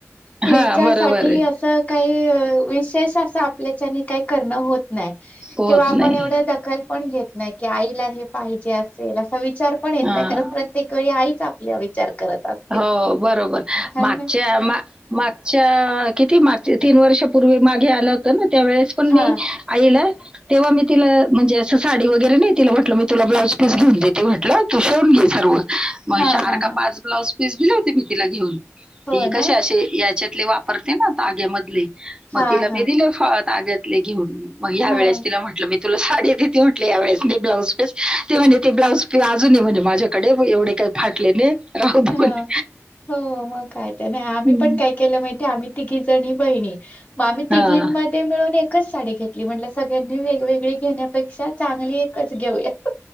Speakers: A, on the left; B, on the right.
A: तिच्यासाठी
B: हा बरोबर आहे
A: असं काही विशेष असं आपल्याच्यानी काही करणं होत नाही
B: होत
A: किंवा आपण
B: नाही
A: एवढ दखल पण घेत नाही की आईला हे पाहिजे असेल अस विचार पण येत
B: हा
A: नाही कारण प्रत्येक वेळी आईच आपला विचार करत असते.
B: हो, बरोबर.
A: हायना?
B: मागच्या मा मागच्या किती मागच्या तीन वर्षापूर्वी मागे आलं होत ना त्या वेळेस पण
A: हा,
B: मी आईला. तेव्हा मी तिला म्हणजे असं साडी वगैरे नाही तिला म्हटलं मी तुला ब्लाउज पीस घेऊन देते म्हटलं. तो शिवून घे सर्व मग
A: हा,
B: चार
A: हा,
B: का
A: हा.
B: पाच ब्लाउज पीस दिले होते मी तिला घेऊन.
A: हो
B: ती कसे
A: ना.
B: असे याच्यातले वापरते ना ताग्यामधले मग
A: हा,
B: तिला
A: हा,
B: मी दिले हां ताग्यातले घेऊन मग ह्या
A: हा.
B: वेळेस तिला म्हटलं मी तुला साडी देती म्हटली यावेेळेस मी ब्लाउज पीस ते म्हणे ते ब्लाउज पीस अजून आहे म्हणे माझ्या कडे एवढे काही फाटले नाहीत राहूदे
A: हा.
B: म्हणे
A: हो मग काय नाही. आम्ही
B: हं.
A: पण काय केलं माहिती आम्ही तिघी जणी बहिणी मग आम्ही तिघी
B: हां.
A: मिळून एकच साडी घेतली. म्हणल सगळ्यांनी वेगवेगळी घेण्यापेक्षा चांगली एकच घेऊया.